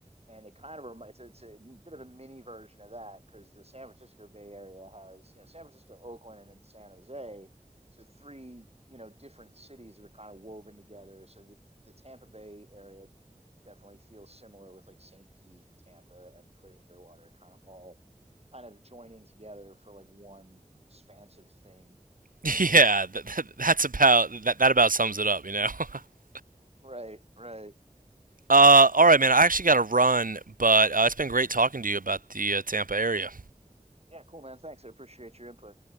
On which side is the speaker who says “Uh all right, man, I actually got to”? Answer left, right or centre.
Right